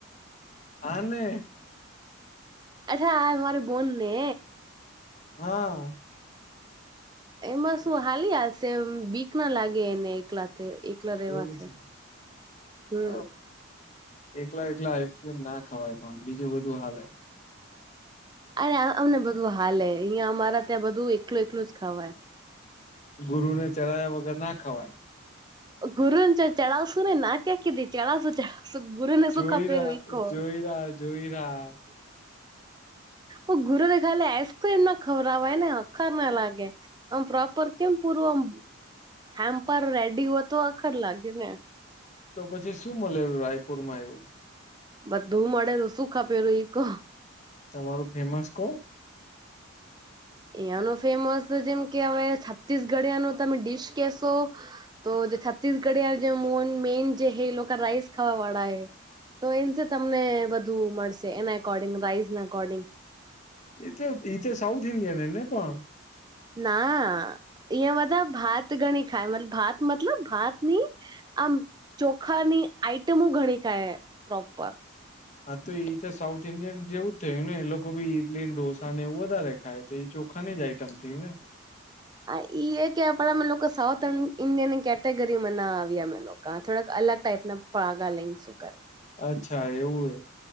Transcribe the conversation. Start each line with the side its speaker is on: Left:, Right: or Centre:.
Left: આને
Right: અચ્છા આ મારી બુનને.
Left: હા.
Right: એમાં શું હાલિયાશે એમ બીક ના લાગે એને એકલાથે એક ત્યાં રેવા
Left: એવું
Right: થે
Left: છે
Right: હમ.
Left: હ એકલા એકલા આઈસક્રીમ ના ખવાય પણ બીજું બધું હાલે.
Right: અરે આ અમને બધું હાલે અહિયા અમારા ત્યાં બધું એકલું એકલું જ ખાવાય.
Left: ગુરુ ને ચરાયા વગર ના ખવાય.
Right: ગુરુને ચ ચઢાવશું ને ના ક્યાં કીધી ચઢાવશું ચડા સુ ગુરુ ને
Left: જોઈ
Right: સુખા પેરૂ
Left: રહ્યા
Right: ઈકો.
Left: જોઈ રહ્યા જોઈ રહ્યા
Right: ઓ ગુરૂ ને ખાલે આઈસક્રીમ ના ખવરાવાય ને અખર ના લાગે. આમ પ્રોપર કેમ પૂરું આમ હેમ્પર રેડી હોય તો આખર લાગે ને.
Left: તો પછી શું મળેલું રાયપુર માં એવુ.
Right: બધું મળેલું શુંખપેરુ ઇકો.
Left: તમારું ફેમસ કો?
Right: અયા ન ફેમસ જેમ કે હવે છત્તીસગઢિયા ન તમે ડીશ કેશો તો જે છત્તીસગઢીયા જે મોન મેન જે હે લોકા રાઈસ ખાવાવાળા એ. તો એમ છે તમને બધુ મળશે એના એકોર્ડિંગ રાઇઝના અકોર્ડિંગ
Left: એ તલે બીજા સાઉથ ઇન્ડિયન એ ને પણ
Right: ના અહીંયા બધા ભાત ગણી ખાય મત ભાત મતલબ ભાત ની આમ ચોખ્ખાની આઈટમો ઘણી ખાય પ્રોપર.
Left: હા તો એ તો સાઉથ ઈન્ડિયન જેવું જ થયું ને એ લોકો ભાઈ ઈડલીને ઢોસા ને એવું વધારે ખાય તો એ ચો ચોખાની જ આઇટમ થીને.
Right: હા ઈ એ કે આપણા અમે લોકો સાઉથ ઇન્ડિયનની કેટેગરીમાં ના આવ્યા અમે લોક થોડાક અલગ ટાઈપ ના પગા લઈને શું કરે.
Left: અચ્છા એવું હે.